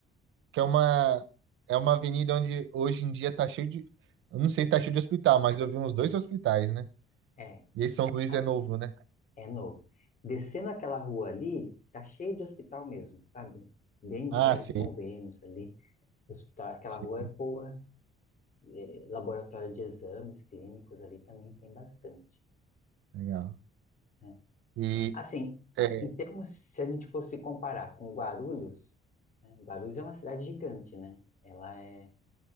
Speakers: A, on the right; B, on the left.
A: Que é uma, é uma avenida onde hoje em dia tá cheio de. Eu não sei se tá cheio de hospital, mas eu vi uns dois hospitais, né?
B: É,
A: E esse São Luís
B: a-
A: é novo, né?
B: é novo. Descendo aquela rua ali, tá cheio de hospital mesmo, sabe? Bem
A: Ah,
B: de vários
A: sim.
B: convênios ali. Hospital, aquela
A: Sim,
B: rua é boa eh, laboratório de exames clínicos ali também tem bastante,
A: legal.
B: né?
A: E
B: Assim,
A: é,
B: em termos, se a gente fosse comparar com Guarulhos, né? Guarulhos é uma cidade gigante, né? Ela é,